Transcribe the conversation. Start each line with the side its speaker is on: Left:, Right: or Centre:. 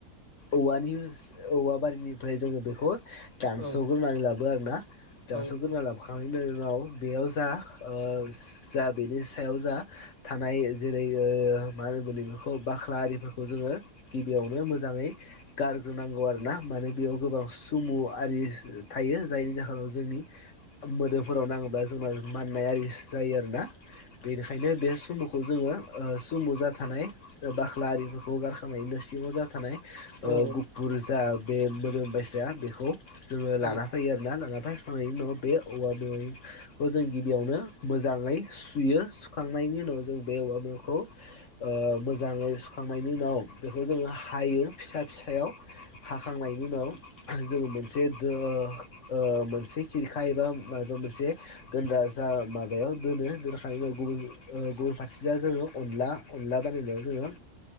Left: औवानि औवा बारिनिफ्राय जोङो बेखौ
Right: औ
Left: दानस'ग्रोनानै
Right: औ
Left: लाबो आरोना
Right: औ
Left: दानस'ग्रोनानै लाबोखा <unintelligible> बेयाव जा ओ जा बेनि सायाव जा थानाय जेरै ओ मा होनो बो बेखौ बाख्रा आरिफोरखौ जोङो गिबियावनो मोजाङै गारग्रोनांगौ आरो ना माने बेयाव गोबां सुमु आरि थायो जायनि जाहोनाव जोंनि मोदोमफोराव नाङोबा जोंना माननाय आरि जायो आरोना। बेनिखायनो बे स सुमुखौ जोङो ओ सुमु जाथानाय बाख्ला आरिफोरखौ गारखांनानैनो सिमाव जा थानाय
Right: औ
Left: ओ गुफुर जा बे मोदोम बायसाया बेखौ जोङो
Right: नोंथां
Left: लाना फैयो आरोना लाना फैखांनायनि उनाव बे औवा मेवायखौ जों गिबियावनो मोजाङै सुयो सुखांनायनि उनाव जों बे औवा मेवाखौ ओ मोजाङै सुखांनायनि उनाव बेखौ जोङो हायो। फिसा फिसायाव हाखांनायनि उनाव जोङो मोनसे ओ ओ मोनसे खिरखा एबा माबबा मोनसे दोनग्रा जा माबायाव दोनो दोनखानायनि उनाव गुबुन ओ गुबुन फारसेया जोङो अनला अनला बानायनायाव जोङो